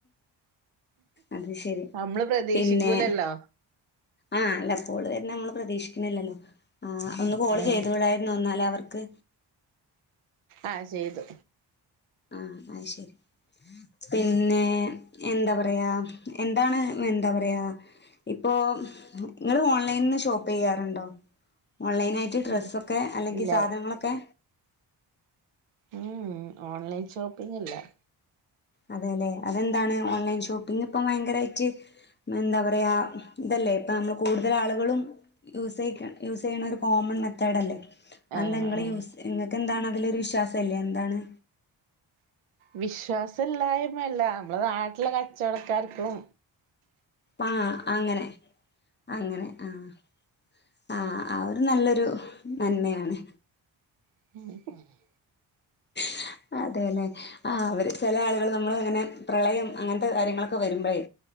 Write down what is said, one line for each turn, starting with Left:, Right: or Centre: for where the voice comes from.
Left: അത് ശരി
Right: നമ്മള് പ്രതീക്ഷിക്കൂലല്ലോ
Left: പിന്നെ ആഹ് അല്ല കോള് വെര്ന്നെ നമ്മള് പ്രതീക്ഷിക്കുന്നില്ലല്ലോ ആഹ് ഒന്ന് കോള്
Right: ആഹ്
Left: ചെയ്തൂടായിരുന്നോ ഇന്നാല് അവർക്ക്
Right: ആഹ് ചെയ്തു
Left: ആഹ് അയ്ശരി പിന്നെ എന്താ പറയാ എന്താണ് എന്താ പറയാ ഇപ്പോ ഇങ്ങള് ഓൺലൈൻന്ന് ഷോപ്പ് ചെയ്യാറുണ്ടോ? ഓൺലൈനായിറ്റ് ഡ്രസ്സൊക്കെ
Right: ഉം
Left: അല്ലെങ്കി
Right: ഇല്ല
Left: സാധനങ്ങളൊക്കെ
Right: ഉം ഓൺലൈൻ ഷോപ്പിംഗില്ലാ
Left: അതെലേ അതെന്താണ് ഓൺലൈൻ ഷോപ്പിംഗിപ്പം ഭയങ്കരായിട്ട് എന്താ പറയാ ഇതല്ലേ ഇപ്പം നമ്മള് കൂടുതൽ ആളുകളും യൂസായിക്ക് യൂസ് ചെയ്യണൊരു കോമൺ മെത്തേഡ് അല്ലേ ആന്തെ
Right: ആഹ്
Left: ഇങ്ങള്
Right: ആഹ്
Left: യൂസ് ഇങ്ങക്ക് എന്താണ് അതിലൊരു വിശ്വാസല്ലേ എന്താണ്?
Right: വിശ്വാസം ഇല്ലായ്മയല്ലാ നമ്മളെ നാട്ടിലെ കച്ചോടക്കാർക്കും
Left: ആഹ് അങ്ങനെ അങ്ങനെ ആഹ് ആഹ് അതൊരു നല്ലൊരു നന്മയാണ്
Right: <inaudible>
Left: <inaudible> അതെലെ ആഹ് അവര് ചെല ആള്കള് നമ്മള് ഇങ്ങനെ പ്രളയം അങ്ങൻത്തെ കാര്യങ്ങളൊക്കെ വരുമ്പഴേ